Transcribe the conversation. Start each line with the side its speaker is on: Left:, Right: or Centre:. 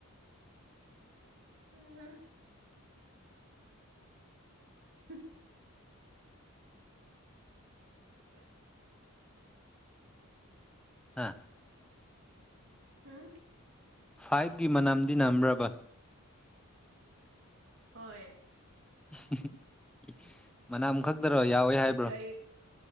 Right: ꯑ ꯍꯝ ꯑꯝ
Centre: ꯍꯥꯥ
Right: ꯍꯥꯝ
Centre: ꯐꯥꯏꯚꯀꯤ ꯃꯅꯝꯗꯤ ꯅꯝꯕ꯭ꯔꯕ
Right: ꯍꯣꯏ
Centre: <unintelligible> ꯃꯅꯥꯝ ꯈꯛꯇꯔꯣ ꯌꯥꯎꯋꯦ ꯍꯥꯏꯕ꯭ꯔꯣ
Right: ꯏꯀꯥꯏ